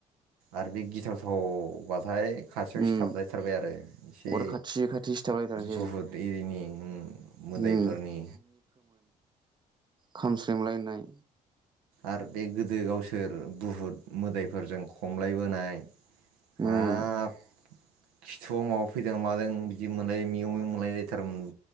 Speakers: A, on the right; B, on the right.
A: आरो बे गिथावथाव बाथाय खाथियाव
B: उम
A: सिथाबलायथारबाय आरो एसे
B: अर खाथि खाथि सिथाबलायथारसै
A: बुहुत इरिनि उम मोदायफोरनि
B: उम खामस्रेंलायनाय
A: आर बे गोदो गावसोर बुहुद मोदायफोरजों खमलायबोनाय
B: उम।
A: हाब खिथुआव माबा फैदों मादों बिदि मोनलाय मिउ मिउ मोलायलायथारोमोन